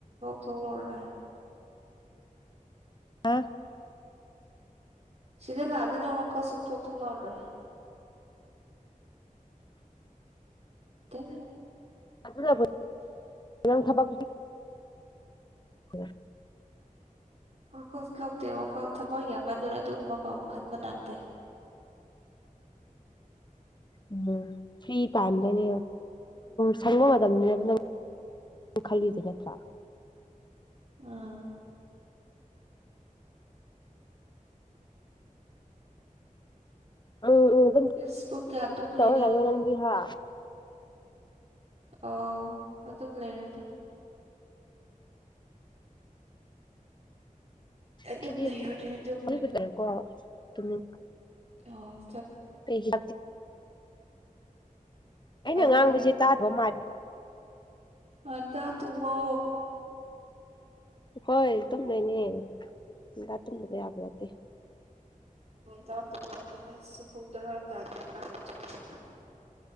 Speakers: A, on the right; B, on the left.
A: ꯊꯣꯛꯂꯔꯣꯏ
B: ꯑ <inaudible>
A: ꯁꯤꯗ ꯂꯥꯛꯑꯗꯅ ꯋꯥꯈꯜ ꯁꯨꯝ ꯊꯣꯛ ꯊꯣꯛꯂꯛꯑꯔꯔꯣꯏ ꯊꯦꯡ <inaudible>
B: ꯊꯕ <unintelligible> ꯍꯜ ꯐ <unintelligible>
A: ꯋꯥꯈꯜ ꯊꯣꯛꯇꯦ ꯋꯥꯈꯜ ꯊꯕꯛ ꯌꯥꯝ ꯃꯟꯗꯨꯅ ꯑꯗꯨꯒꯨꯝꯕ ꯀꯥꯎ ꯈꯟꯕ ꯅꯪꯗꯦ <unintelligible>
B: ꯎꯝ ꯐ꯭ꯔꯤ ꯇꯥꯏꯝꯗꯅꯦ ꯁꯪꯕ ꯃꯇꯝꯅꯦꯕ ꯅꯪ ꯈꯜꯂꯤꯁꯦ ꯅꯠꯇ꯭ꯔꯥ
A: ꯑꯥ
B: ꯎꯝ ꯎꯝ ꯑꯗꯨꯝ
A: ꯏꯁ ꯄꯨꯡ ꯀꯌꯥ ꯇꯨꯝꯗꯣꯏꯅꯣ
B: ꯇꯧꯔ ꯂꯩꯌꯣ ꯅꯪꯗꯤ ꯍꯥ
A: ꯑ ꯑꯗꯨꯝ ꯂꯩꯔꯅꯤ ꯑꯗꯨꯝ
B: ꯑꯩꯗꯤ
A: ꯂꯩꯔꯅꯤ ꯑꯗꯨꯝ
B: ꯍꯅꯤꯇꯔꯦꯀꯣ ꯑꯗꯨ
A: ꯑ
B: ꯄꯦ ꯆꯦ ꯑꯩꯅ
A: ꯑꯗꯨꯗꯤ
B: ꯉꯥꯡꯕꯕꯁꯤꯦ ꯇꯥꯗꯕ ꯃꯥꯜꯂꯦ
A: ꯑꯗ ꯇꯨꯣ
B: ꯍꯣꯏ ꯇꯨꯝꯗꯣꯏꯅꯦꯗ ꯇꯨꯝꯗꯕ ꯌꯥꯕ ꯅꯠꯇꯦ
A: ꯇꯗꯨꯕ ꯑꯩꯁꯨꯨꯄꯨꯡꯗꯔꯥ ꯇꯥꯗꯤ ꯀꯥꯟꯔ ꯇꯣꯡꯅꯤ